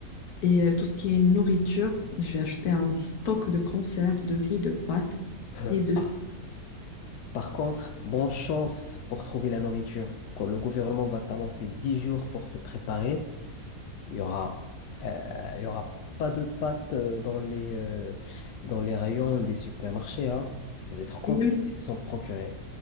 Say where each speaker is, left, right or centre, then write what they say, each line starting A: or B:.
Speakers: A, on the left; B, on the left.
A: Et euh, tout ce qui est nourriture, je vais acheter un stock de conserves, de riz, de pâtes
B: <laughs>
A: et de...
B: Par contre, bonne chance pour trouver la nourriture. Quand le gouvernement va t'annoncer 10 jours pour se préparer, il y aura, euh, il y aura pas de pâtes euh, dans les, euh, dans les rayons des supermarchés, hein. Ça va être compliqué
A: Même-
B: de s'en procurer.